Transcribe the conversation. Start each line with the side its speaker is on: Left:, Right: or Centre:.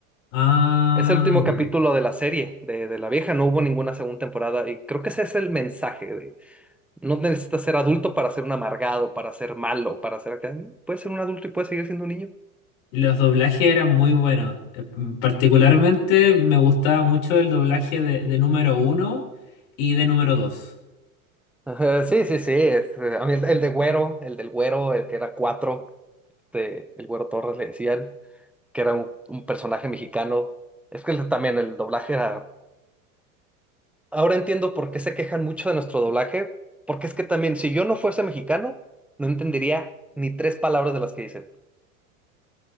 Left: Ah,
Centre: Es el último capítulo
Left: ya.
Centre: de la serie, de, de la vieja. No hubo ninguna segunda temporada. Y creo que ese es el mensaje de no necesitas ser adulto para ser un amargado, para ser malo, para ser acá. Puedes ser un adulto y puedes seguir siendo un niño.
Left: Y Los doblajes eran muy buenos. Eh, m- Particularmente me gustaba mucho el doblaje de, de número uno y de número dos.
Centre: Ajá, sí, sí, sí. es, eh, a mí el, el de Güero, el del Güero, el que era cuatro, de, el Güero Torres le decían, que era un, un personaje mexicano. Es que el- también el doblaje era Ahora entiendo por qué se quejan mucho de nuestro doblaje, porque es que también si yo no fuese mexicano, no entendería ni tres palabras de las que dicen.